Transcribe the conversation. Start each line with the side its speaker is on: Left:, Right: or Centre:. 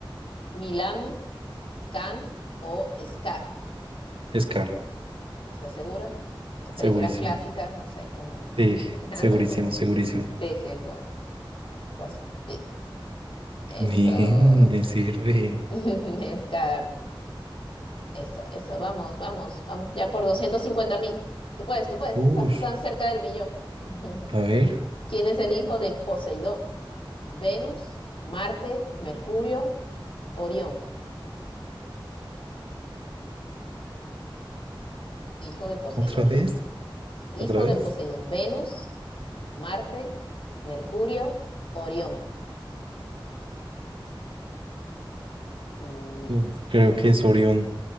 Left: Milami, Can o Scar.
Right: Es cara,
Left: ¿Estás seguro? Eh, Películas
Right: segurísimo.
Left: clásicas, no sé, como...
Right: Sí,
Left: <laughs>
Right: segurísimo, segurísimo.
Left: Sí, sí, eso. Estás- Sí, eso.
Right: Bien, me sirve.
Left: <laughs> Scar, eso, eso. Vamos, vamos, vamos ya por doscientos cincuenta mil. Tú puedes, tú puedes. Estás
Right: Ush,
Left: tan cerca del millón. <laughs>
Right: a ver,
Left: ¿Quién es el hijo de Poseidón? Venus, Marte, Mercurio, Orión. Hijo de Poseidón.
Right: otra vez,
Left: Hijo
Right: otra
Left: de
Right: vez.
Left: Poseidón. Venus. Marte, Mercurio, Orión. Uy,
Right: Uf, creo que es Orión.